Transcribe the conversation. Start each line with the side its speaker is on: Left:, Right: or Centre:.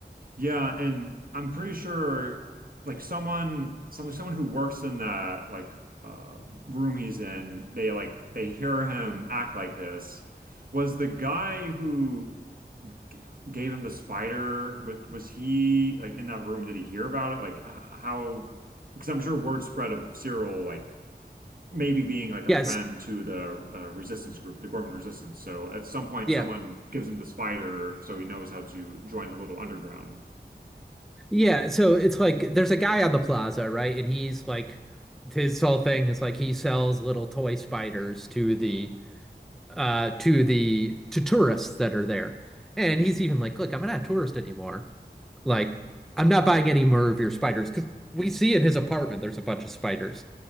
Right: Yeah, and I'm pretty sure like someone some someone who works in that like uh room he's in, they like they hear him act like this. Was the guy who g- gave him the spider, wa- was he like in that room? Did he hear about it? Like h- how? Because I'm sure word spread of Cyril like maybe being like a
Centre: Yes.
Right: friend to the uh, resistance group, the Gorman Resistance. So at some point,
Centre: Yeah,
Right: someone gives him the spider, so he knows how to join the little underground.
Centre: Yeah, so it's like there's a guy on the plaza, right? And he's like his whole thing is like he sells little toy spiders to the uh to the to tourists that are there. And he's even like, "Look, I'm not a tourist anymore. Like I'm not buying any more of your spiders because we see in his apartment there's a bunch of spiders."